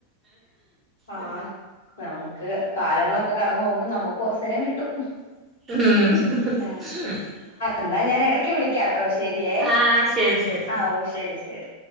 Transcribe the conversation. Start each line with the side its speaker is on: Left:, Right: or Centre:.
Left: ആഹ്
Right: ആ.
Left: നമുക്ക് കാലങ്ങളൊക്കെ കടന്നു പോവുമ്പ നമുക്കു അവസരം കിട്ടും.
Right: ഉം.
Left: ഏ, എന്നാ ഞാൻ എടക്ക് വിളിക്കാം. ഓ ശെരിയേ,
Right: ആ ശരി ശരി
Left: ആ ഓ ശരി, ശരി.